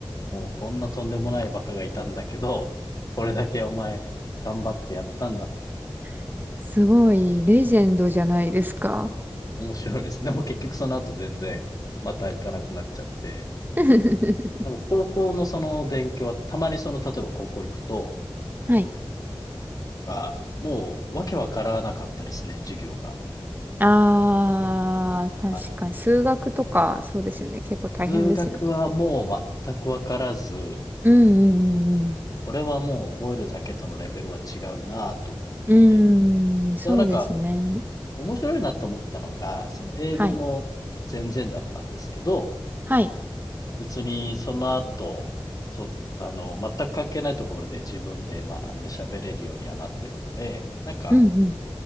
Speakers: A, on the left; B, on the right.
A: もうこんなとんでもないバカがいたんだけど、これだけお前頑張ってやったんだと。
B: <laughs> すごい、レジェンドじゃないですか。
A: 面白いです。でも結局その後全然また行かなくなっちゃって。
B: <laughs>
A: でも高校のその勉強はたまにその例えば高校行くと、
B: はい。
A: なんかもうわけわからなかったですね、授業が。
B: あー、確かに。
A: はい。
B: 数学とか、そうですよね。結構大変ですよね。
A: 数学はもう全くわからず、
B: うんうんうん
A: これはもう覚えるだけとのレベルは違うなぁと思って。
B: うん。うーん、そうですね。
A: でもなんか面白いなと思ったのが、その英語も全然だったんですけど、
B: はい。はい。
A: 別にその後、そ、あの、全く関係ないところで自分で学んで喋れるようにはなってるんで、なんか
B: うん